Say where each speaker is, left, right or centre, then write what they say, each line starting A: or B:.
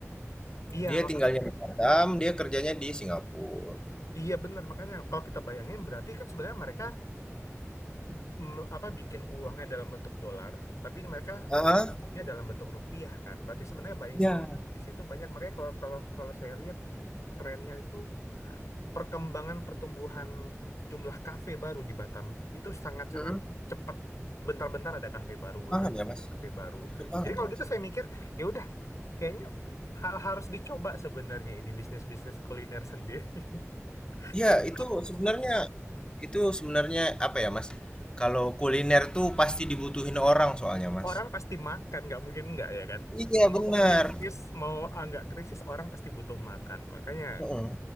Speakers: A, on the left; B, on the left.
A: Iya,
B: Dia
A: mak
B: tinggalnya di Batam. Dia kerjanya di Singapura.
A: Iya benar makanya kalau kita bayangin berarti kan sebenarnya mereka mm, apa bikin uangnya dalam bentuk dolar tapi mereka
B: Ah,
A: spendingnya dalam bentuk rupiah kan berarti sebenarnya buying
B: Ya.
A: power di sini tuh banyak makanya kalau kalau kalau saya lihat tuh trennya itu perkembangan pertumbuhan jumlah kafe baru di Batam itu sangat-sangat
B: hmm.
A: cepat bentar-bentar ada kafe baru bentar
B: Banget ya, Mas.
A: ada kafe baru
B: Cepet banget
A: jadi kalau
B: ya, Mas.
A: gitu saya mikir ya udah kayaknya ha- harus dicoba sebenarnya ini bisnis-bisnis kuliner sendiri <laughs>
B: Iya,
A: jadi
B: itu sebenarnya itu sebenarnya apa ya, Mas? Kalau kuliner tuh pasti dibutuhin orang soalnya, Mas.
A: orang pasti makan nggak mungkin nggak ya kan
B: Iya,
A: mau
B: benar.
A: krisis mau ah, nggak krisis orang pasti butuh makan makanya
B: Heeh.